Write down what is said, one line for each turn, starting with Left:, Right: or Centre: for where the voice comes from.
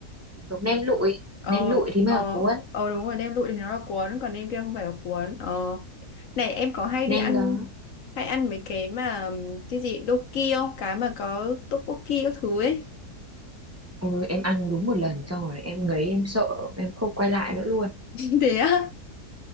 Right: giống nem lụi
Left: ờ
Right: nem lụi thì mới
Left: ờ
Right: là cuốn
Left: ờ đúng rồi nem lụi thì nó là cuốn còn nem kia không phải là cuốn ờ này em có hay
Right: nem
Left: đi ăn
Right: đó
Left: hay ăn mấy cái mà ừm, cái gì doki không cái mà có tteokbokki các thứ ấy
Right: ừ, em ăn đúng một lần xong rồi em ngấy em sợ em không quay lại nữa luôn
Left: <laughs> thế á